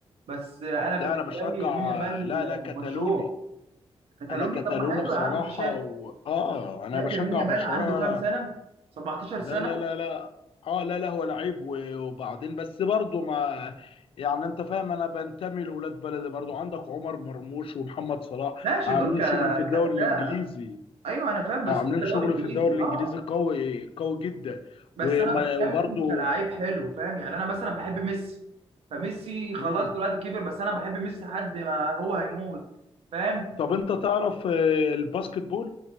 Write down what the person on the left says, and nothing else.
لا انا بشجع
لا
لا كتالوني
انا كتالوني
بصراحه
و... اه انا
بشجع
برشلونه
لا
لا لا لا اه لا لا هو لعيب و- وبعدين بس برضه ما يعني انت فاهم انا بنتمي لولاد بلدي برضه عندك عمر مرموش ومحمد صلاح
عاملين
شغل في الدوري
الانجليزي
عاملين
شغل
في الدوري الانجليزي
قوي قوي جدا
وما-
وبرضه
مم.
طب انت تعرف آه، الباسكت بول